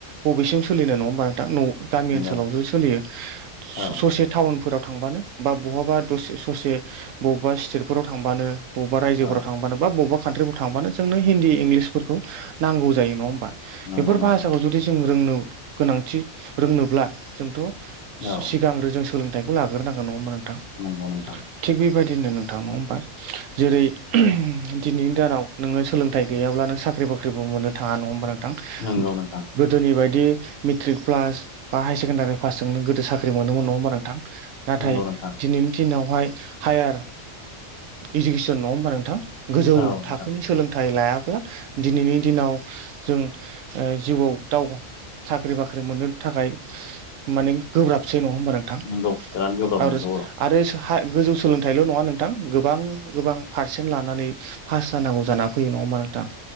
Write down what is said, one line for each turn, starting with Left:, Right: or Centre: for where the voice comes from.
Right: बबेसिम सोलिनाय नङा होमबा नोंथां न' गामि
Left: नंगौ
Right: ओनसोलावसो सोलियो
Left: औ
Right: ससे थाउन फोराव थांबानो बा बहाबा दसे ससे बबेबा स्टेटफोराव थांबानो बबबा रायजोफ्राव
Left: औ
Right: थांबानो बबबा कानट्रिफोराव थांबानो जोंनो हिन्दि इंलिसफोर फोरखौ नांगौ जायो नङा होमबा? बेफोर
Left: नंगौ नोंथां
Right: भाषाखौ जुदि जों रोंनो गोनांथि रोंनोब्ला जोंथ
Left: औ
Right: सिगांग्रो जों सोलोंथाइखौ लाग्रोनांगोन नङाहोनबा नों थां।
Left: नंगौ नोंथां
Right: थिग बेबायदिनो नोंथां नङा होमबा। जेरै दिनैनि दानाव नोङो सोलोंथाइ गैयाब्ला नों साख्रि बाख्रिबो मोननो थाङा नङा होमबा नों थां।
Left: नंगौ नोंथां
Right: गोदोनि बायदि मेट्रिक प्लास बा हायार सेकेण्डारि फासजोंनो गोदो साख्रि मोनोमोन नङा नोंथां? नाथाय
Left: नंगौ नोंथां
Right: दिनैनि दिनाव बेहाय हायार इडुकेसन नङा होमबा नोंथां? गोजौ
Left: औ नोंथां
Right: थाखोनि सोलोंथाइ लाया ब्ला दिनैनि दिनाव जों ओ जिउआव दाव साख्रि बाख्रि मोननो थाखाय माने गोब्राबसै नङा होमबा नोंथां?
Left: नंगौ बिराद गोब्राब
Right: आरो
Left: नंगौ औ
Right: आरो हा गोजौ सोलोंथाइल' नङा नोंथां गोबां गोबां पारसेन्ट लानानै पास जानांगौ जाना फैयो नङा होनबा नों थां।